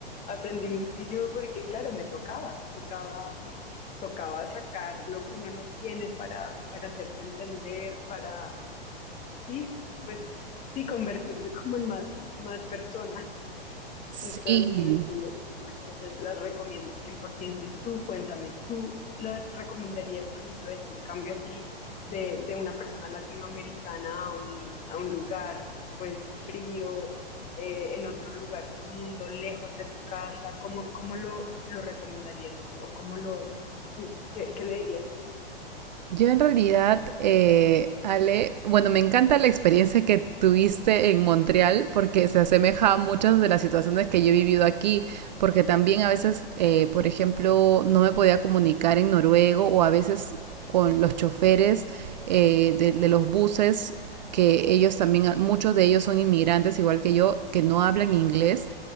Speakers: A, on the left; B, on the right.
A: aprendí muchísimo porque, claro, me tocaba, tocaba, tocaba sacar lo que uno no tiene para, para hacerse entender, para, sí, pues sí, convertirse como en más, más persona.
B: Sí,
A: Entonces, sí, esas experiencias las recomiendo cien por ciento Y tú, cuéntame, ¿tú la recomendarías, por ejemplo, esto, un cambio así de, de una persona latinoamericana a un, a un lugar, pues, frío, eh, en otro lugar del mundo, lejos de tu casa? ¿Cómo, cómo lo, lo recomendarías tú? ¿O cómo lo, sí, qué, qué le dirías tú?
B: Yo en realidad, eh, Ale, bueno, me encanta la experiencia que tuviste en Montreal porque se asemeja a muchas de las situaciones que yo he vivido aquí, porque también a veces, eh, por ejemplo, no me podía comunicar en noruego o a veces con los choferes eh, de, de los buses, que ellos también, muchos de ellos son inmigrantes, igual que yo, que no hablan inglés,